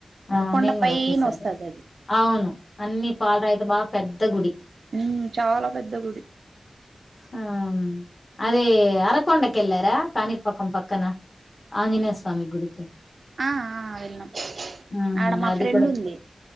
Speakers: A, on the left (about 45°); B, on the right (about 80°).
A: ఆ
B: కొండ
A: నేను కూడా
B: పైన
A: ఒకేసారరే
B: వస్తది అది
A: అవును అన్ని పాలరాయితో బాగా పెద్ద గుడి
B: ఉ చాలా పెద్ద గుడి
A: ఆ అది అరకొండకెల్లరా కాణిపాకం పక్కన
B: పారకొండ
A: ఆంజనేయ స్వామి గుడికి
B: ఆ వెల్లిన్నాం
A: హ్మ్.
B: ఆడ మా
A: అది
B: ఫ్రెండ్
A: కూడా
B: ఉంది